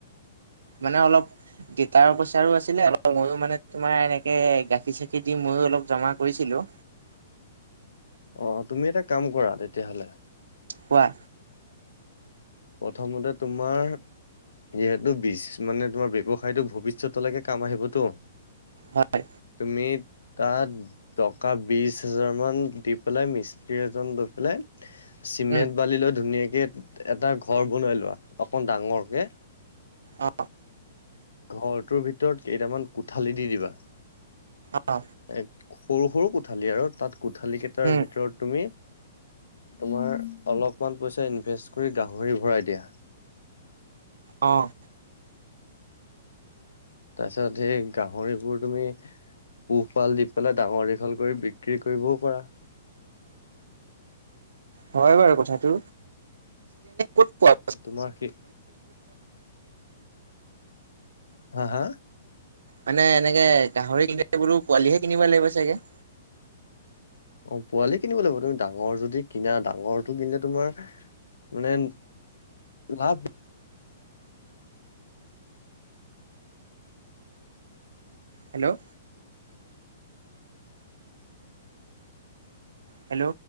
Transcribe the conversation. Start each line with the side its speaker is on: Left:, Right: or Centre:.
Right: মানে অলপ গেইটাৰ পইচাৰো আছিলে, অলপ মইও মানে তোমাৰ এনেকে গাখীৰ - চাখিৰ দি মইও অলপ জমা কৰিছিলো।
Left: অ তুমি এটা কাম কৰা তেতিয়াহলে
Right: কোৱা?
Left: প্ৰথমতে তোমাৰ যিহেতু বিছ মানে তোমাৰ ব্যৱসায়টো ভৱিষ্যতলৈকে কাম আহিবতো।
Right: হয়।
Left: তুমি তাত টকা বিশ হাজাৰ মান দি পেলাই মিস্ত্ৰী এজন লৈ পেলাই চিমেণ্ট
Right: উম
Left: বালি লৈ ধুনীয়াকে এটা ঘৰ বনাই লোৱা অকণ ডাঙৰকে
Right: অ
Left: ঘৰটোৰ ভিতৰত কেইটামান কোঠালি দি দিবা
Right: অ।
Left: এ সৰু - সৰু কোঠালি আৰু তাত কোঠালি কেইটাৰ
Right: উম
Left: ভিতৰত তুমি তোমাৰ অলপমান পইচা ইনভেষ্ট কৰি গাহৰি ভৰাই দিয়া।
Right: অঁ
Left: তাৰপিছত সেই গাহৰিবোৰ তুমি পোহপাল দি পেলাই ডাঙৰ দীঘল কৰি বিক্ৰী কৰিবও পৰা
Right: হয় বাৰু কথাটো কতোৱা
Left: তোমাৰ সেই হা হা
Right: মানে এনেকে গাহৰি কিনিলে বোলো পোৱালিহে কিনিব লাগিব চাগে
Left: অ পোৱালি কিনিব লাগিব তুমি ডাঙৰ যদি কিনা ডাঙৰটো কিনিলে তোমাৰ মানে লাভ
Right: হেল্ল' হেল্ল'